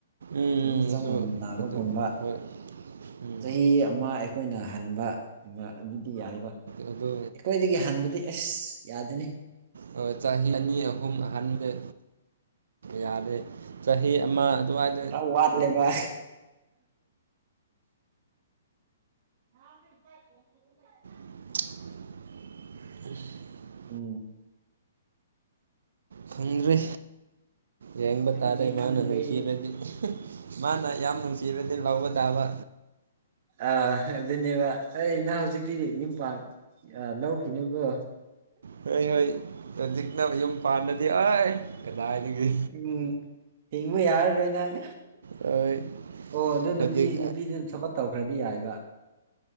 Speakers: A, on the right; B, on the right.
A: ꯎꯝ
B: ꯆꯍꯤ ꯆꯞ
A: ꯑꯗꯨ
B: ꯃꯟꯅꯕꯒꯨꯝꯕ
A: ꯑꯗꯨ ꯍꯣꯏ ꯎꯝ
B: ꯆꯍꯤ ꯑꯃ ꯑꯩꯈꯣꯏꯅ ꯍꯟꯕ ꯑꯗꯨꯗꯤ ꯌꯥꯏꯕ
A: ꯑꯗꯣ
B: ꯑꯩꯈꯣꯏꯗꯒꯤ ꯍꯟꯕꯗꯤ ꯑꯁ ꯌꯥꯗꯦꯅꯦ
A: ꯍꯣꯏ ꯆꯍꯤ ꯑꯅꯤ ꯑꯍꯨꯝ ꯍꯟꯗꯦ ꯌꯥꯗ꯭ꯔꯦ ꯆꯍꯤ ꯑꯃ ꯑꯗꯨꯋꯥꯏꯗ
B: ꯈꯔ ꯋꯥꯠꯂꯦꯕ <inaudible>
A: <inaudible>
B: ꯑꯝ
A: ꯈꯪꯗ꯭ꯔꯦ ꯌꯦꯡꯕ
B: ꯈꯪꯗ꯭ꯔꯦ
A: ꯇꯥꯔꯦ
B: ꯈꯪꯗ꯭ꯔꯦ
A: ꯃꯥꯅ ꯅꯨꯡꯁꯤꯔꯗꯤ ꯃꯥꯅ ꯌꯥꯝ ꯅꯨꯡꯁꯤꯔꯗꯤ ꯂꯧꯕ ꯇꯥꯕ
B: ꯑꯥ ꯑꯗꯨꯅꯦꯕ ꯑꯩ ꯅꯪ ꯍꯧꯖꯤꯛꯇꯤꯗꯤ ꯌꯨꯝ ꯄꯥ ꯌꯥ ꯂꯧꯈꯤꯅꯤꯕꯣ
A: ꯍꯣꯏ ꯍꯩ ꯍꯣꯖꯤꯛꯅ ꯌꯨꯝ ꯄꯥꯟꯗꯗꯤ ꯑꯥꯏ ꯀꯗꯥꯏꯗꯒꯤ
B: ꯎꯝ ꯍꯤꯡꯕ ꯌꯥꯔꯔꯣꯏꯅꯪ
A: ꯍꯣꯏ
B: ꯑꯣ ꯑꯗꯨ
A: ꯍꯧꯖꯤꯛ
B: ꯅꯨꯄꯤ ꯅꯨꯄꯤꯗꯨꯅ ꯊꯕꯛ ꯇꯧꯈ꯭ꯔꯗꯤ ꯌꯥꯏꯌꯦꯕ